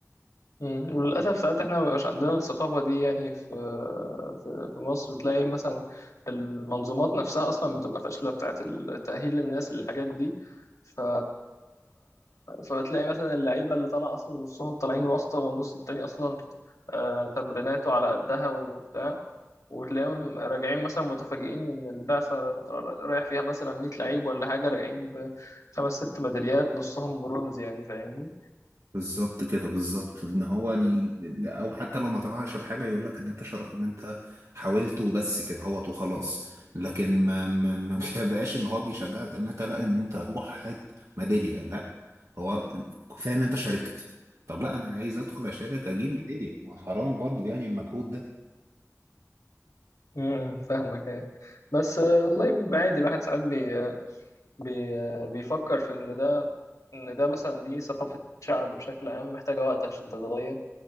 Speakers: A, on the left; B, on the right.
A: مم. وللأسف ساعات احنا مبيبقاش عندنا الثقافة دي يعني في في في مصر تلاقي مثلا المنظومات نفسها أصلا بتبقى فاشلة بتاعة التأهيل للناس للحاجات دي ف... فبتلاقي مثلا اللعيبة اللي طالعة أصلا نصهم طالعين واسطة والنص التاني أصلا آه، تمريناته على قدها وبتاع وتلاقيهم راجعين مثلا متفاجئين إن البعثة رايح فيها مثلا 100 لعيب ولا حاجة راجعين ب خمس ست ميداليات نصهم برونز يعني فاهمني
B: بالظبط كده بالظبط ان هو ال... ال- او حتى لو ما طلعش بحاجه يقول لك ان انت شرف ان انت حاولت وبس كده هو وخلاص لكن ما ما ما <laughs> بقاش ان هو بيشجعك ان انت لا ان انت روح هات ميداليه لا هو كفايه ان انت شاركت
A: مم.
B: طب لا انا عايز ادخل اشارك اجيب ميداليه ما حرام برضو يعني المجهود ده
A: مم. فاهمك ايه بس آه، والله عادي الواحد ساعات بي آه، بي آه، بيفكر في ان ده ان ده مثلا دي ثقافة شعب بشكل عام محتاجة وقت عشان تتغير